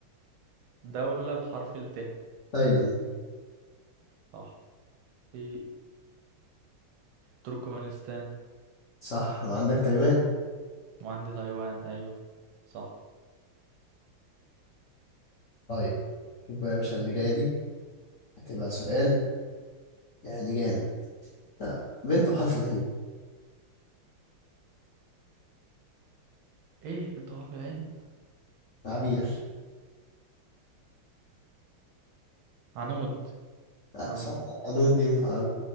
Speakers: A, on the right; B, on the left.
A: دولة بحرف الت
B: تايلاند
A: صح في تركمانستان
B: صح وعندك تايوان
A: وعندي تايوان ايوه صح
B: طيب شوف بقى يا باشا اللي جاية دي هتبقى سؤال يعني جامد لا بنت بحرف العين
A: ايه بنت حرف العين
B: عبير
A: عنود
B: لا
A: عنود
B: صح أنو الدين في عبي